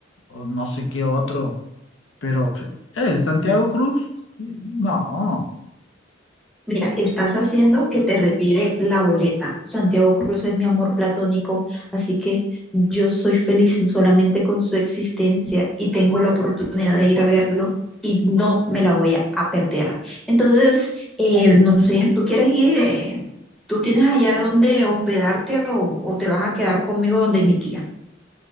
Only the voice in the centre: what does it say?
Mira, estás haciendo que te retire la boleta. Santiago Cruz es mi amor platónico, así que yo soy feliz solamente con su existencia y tengo la oportunidad de ir a verlo y no me la voy a, a perder. Entonces, eh, no sé, ¿tú quieres ir? eh, ¿tú tienes allá donde hospedarte o, o te vas a quedar conmigo donde mi tía?